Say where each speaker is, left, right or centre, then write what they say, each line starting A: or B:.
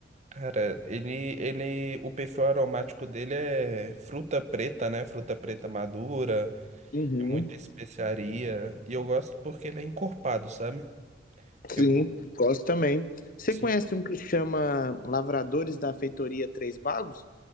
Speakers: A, on the right (about 40°); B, on the left (about 50°).
A: Cara, ele, ele, o perfil aromático dele é fruta preta, né? Fruta preta madura,
B: Uhum.
A: é muita especiaria. E eu gosto porque ele é encorpado, sabe?
B: Sim,
A: Eu,
B: gosto também. Você
A: assim,
B: conhece um que chama Lavradores da Feitoria Três Bagos?